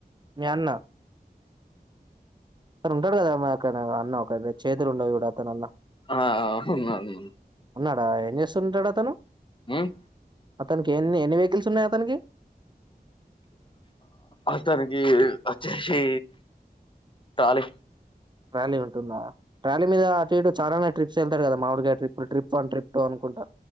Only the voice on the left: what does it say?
ఆ ఉన్నాడు
ఉమ్
అతనికి అచ్చేసి ట్రాలీ